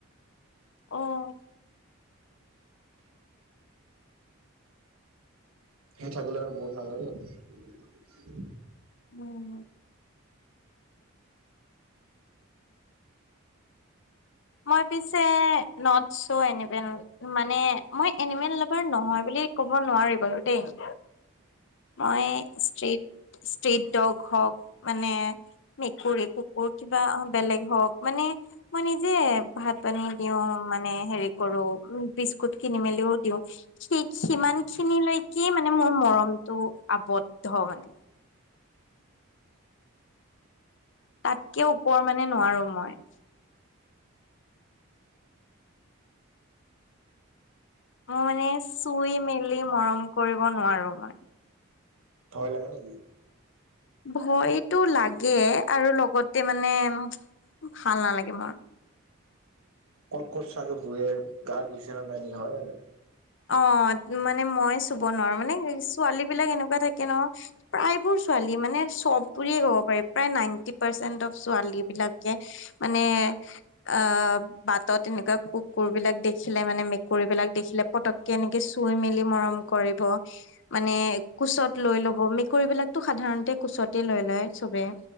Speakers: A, on the left; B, on the right.
A: অহ।
B: সি থাকিলে আৰু বৰ‌ নালাগে।
A: উম। মই পিছে নট ছ এনিমেল মানে মই এনিমেল লাভাৰ নহয় বুলি। কি ক'ব নোৱাৰি বাৰু দেই।
B: হয়।
A: মই ষ্ট্ৰট ষ্ট্ৰাট ডগ হওঁক মানে। মেকুৰী কুকুৰ কিবা বেলেগ হওঁক মানে মই নিজে ভাত পানী দিওঁ। মানে হেৰি কৰো বিস্কুট কিনি মেলিও দি সি সিমান খিনিলৈকে কি মানে। মানে মোৰ মৰমটো আবদ্ধ মানে। তাতকে ওপৰ মানে নোৱাৰোঁ মই। মই মানে চুই মেলি মৰম কৰিব নোৱাৰোঁ মই।
B: ভয় লাগে নেকি।
A: ভয়তটো লাগে আৰু লগতে মানে। ভাল নালাগে মোৰ।
B: ক'ত ক'ত চাগে শুৱে গা ধুইছে নে নাই ইহঁত আৰু।
A: অ মানে মই চুব নোৱাৰোঁ মানে ছোৱালী বিলাক এনেকুৱা থাকে ন প্ৰায়বোৰ। ছোৱালী মানে চব বুলিয়ে ক'ব পাৰি প্ৰায় নাইনটি পাৰ্চেন্ট অফ ছোৱালী বিলাকে মানে। অ বাটত এনেকুৱা কুকুৰ বিলাক দেখিলে মানে মেকুৰী বিলাক দেখিলে পটক কেনেকে চুই মেলি মৰম কৰিব, মানে কোচত লৈ ল'ব মেকুৰী বিলাকতো সাধাৰণ সাধাৰণতে কোচতে লৈ লয় চবে।